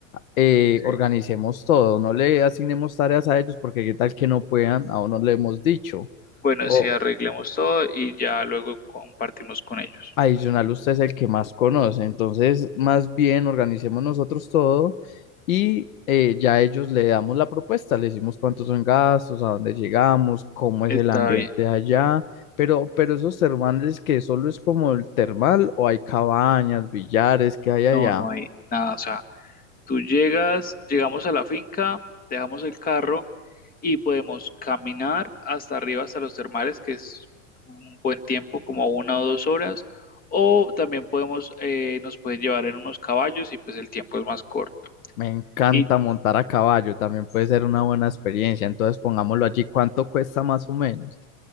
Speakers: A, on the left; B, on the left.
A: eh,
B: Sí.
A: organicemos todo, no le asignemos tareas a ellos porque qué tal que no puedan, aún no le hemos dicho.
B: Bueno,
A: o
B: si arreglemos todo y ya luego compartimos con ellos.
A: Adicional, usted es el que más conoce, entonces más bien organicemos nosotros todo y eh, ya a ellos le damos la propuesta, le decimos cuántos son gastos, a dónde llegamos, cómo es
B: Está
A: el ambiente
B: bien.
A: allá, pero, pero esos termales que solo es como el termal o hay cabañas, billares que hay allá.
B: No, no hay nada. O sea, tú llegas, llegamos a la finca, dejamos el carro y podemos caminar hasta arriba, hasta los termales, que es un buen tiempo, como una o dos horas. O también podemos, eh, nos pueden llevar en unos caballos y pues el tiempo es más corto.
A: Me encanta
B: Y
A: montar a caballo, también puede ser una buena experiencia, entonces pongámoslo allí, ¿cuánto cuesta más o menos?